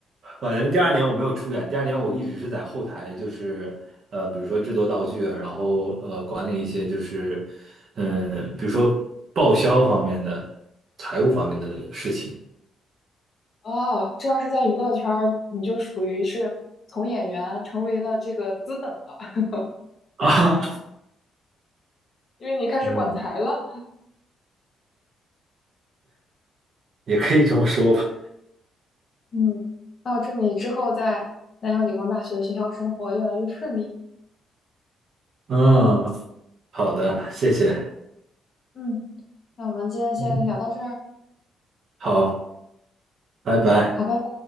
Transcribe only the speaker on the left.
哦，这要是在娱乐圈儿，你就属于是从演员成为了这个资本了，<laughs>
因为你开始管财了。
嗯，那我祝你之后在南洋理工大学的学校生活越来越顺利。
嗯，那我们今天先聊到这儿。
嗯，好，拜拜。